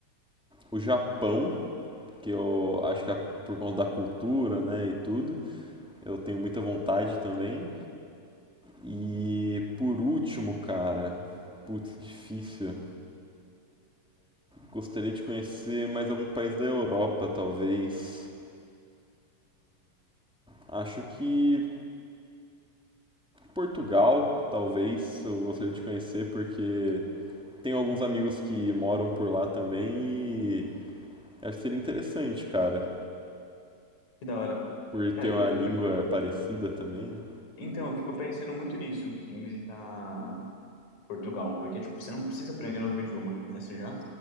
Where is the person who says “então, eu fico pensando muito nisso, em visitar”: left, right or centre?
Left